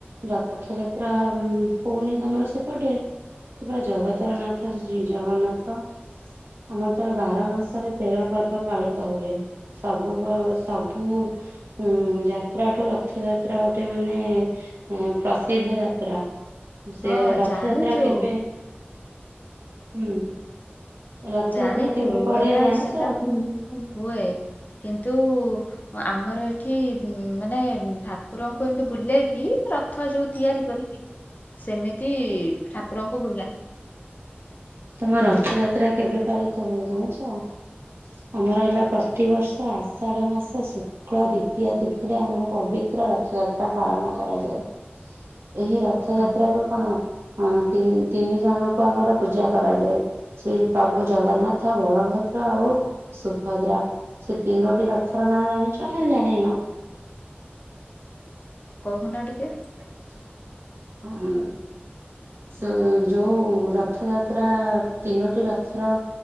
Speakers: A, on the right; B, on the left.
A: ରଥଯାତ୍ରା ଉଁ ହଉନି ତମର ସେପଟେ? ସେ ପୁରା ଜଗତରନାଥ ଶ୍ରୀ ଜଗନ୍ନାଥ। ଆମର ତ ବାର ମାସରେ ତେର ପର୍ବ ପାଳିତ ଳିତ ହୁଏ ସବୁ ପ ସବୁ ହୁଁ ଯାତ୍ରାଠୁ ରଥ ଯାତ୍ରା ଗୋଟେ ମାନେ ହୁଁ ପ୍ରସିଦ୍ଧ ଯାତ୍ରା। ସେ
B: ହଁ
A: ରଥଯାତ୍ରା
B: ଜାଣିଛୁ
A: କେବେ <unintelligible> ରଥଯାତ୍ରା
B: ଜାଣିଛୁ
A: କେବେ ପଡେ
B: ଏଟା
A: ଜାଣିଛ?
B: ସେଟା ହୁଁ ହୁଏ କିନ୍ତୁ ଆମର ଏଠି ମାନେ ଠାକୁରଙ୍କୁ ଏମିତି ବୁଲେଇକି ର ରଥ ଯୋଉ ତିଆରି କରିକି ସେମିତି ଠାକୁରଙ୍କୁ ବୁଲାନ୍ତି।
A: ତମ ରଥଯାତ୍ରା କେବେ ପାଳିତ ହୁଏ ଜାଣିଛ? ଆମର ହେଲା ପ୍ରତି ବର୍ଷ ଆଷାଢ ମାସ ଶୁ ଶୁକ୍ଳ ଦ୍ଵିତୀୟ ତିଥିରେ ଆମର ପବିତ୍ର ରଥଯାତ୍ରା ପାଳନ କରାଯାଏ। ଏହି ରଥଯାତ୍ରା
B: ହଁ
A: ରୁ କଣ ଅ ତିନି ତିନି ଜଣଙ୍କୁ ଆମର ପୂଜା। ପୂଜା କରାଯାଏ ଶ୍ରୀ ପ୍ରଭୁ ଜଗନ୍ନାଥ ବଳଭଦ୍ର ଆଉ ସୁଭଦ୍ରା ସେ ତିନୋଟି ରଥର ନାଁ ଜାଣିଛ ନା ଜାଣିନ?
B: କହୁନ ଟିକେ?
A: <inaudible> ହୁଁ। ସେ ଯୋଉ ରଥଯାତ୍ରା ତିନୋଟି ରଥର